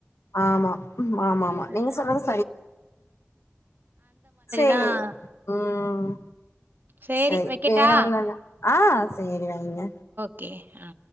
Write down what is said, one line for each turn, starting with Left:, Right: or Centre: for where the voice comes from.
Left: ஆமா ம் ஆமா ஆமா
Right: ஆ
Left: நீங்க சொல்றது சேர்
Right: தான்.
Left: ம்
Right: சரி
Left: சேர்
Right: வைக்கட்டா?
Left: வேற ஒன்னுல்ல ஆ சேரி வைங்க
Right: கே ஆ